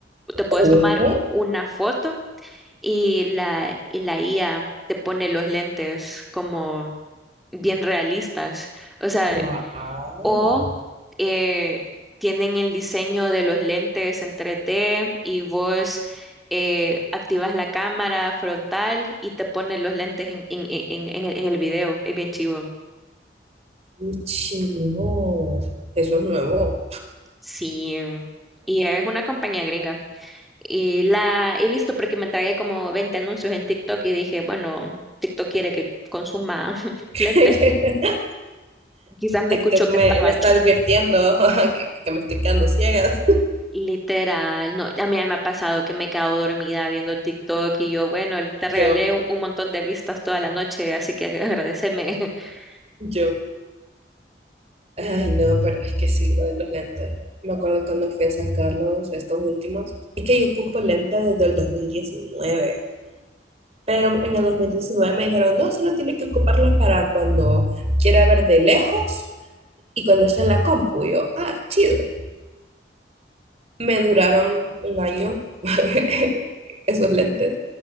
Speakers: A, in the centre; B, on the right.
A: te puedes
B: ¿Cómo?
A: tomar una foto y la, y la IA te pone los lentes como bien realistas. O sea,
B: Wow.
A: o eh, tienen el diseño de los lentes en 3D y vos eh, activas la cámara frontal y te pones los lentes en, en- en- en el, en el video. Es bien chivo.
B: Qué chivo. Eso es nuevo.
A: Sí, y es una compañía gringa. Y la he visto porque me tragué como 20 anuncios en TikTok y dije, bueno, TikTok quiere que consuma <laughs>
B: <laughs>
A: lentes. Quizás me
B: TikTok
A: escuchó
B: me,
A: que estaba
B: me está advirtiendo <laughs> que, que me estoy quedando ciega.
A: Literal, no, a mí ya me ha pasado que me he quedado dormida viendo TikTok y yo, bueno, te regalé
B: Yo,
A: un, un montón de vistas toda la noche, así que agradeceme. <laughs>
B: yo. Ay, no, pero es que sí, lo de los lentes. Me acuerdo cuando fui a sacarlos, estos últimos. Es que yo ocupo lentes desde el dos mil diecinueve Pero en el 2019 me dijeron, no, solo tiene que ocuparlos para cuando quiera ver de lejos y cuando esté en la compu. Y yo, ah, chido. Me duraron un año <laughs> esos lentes.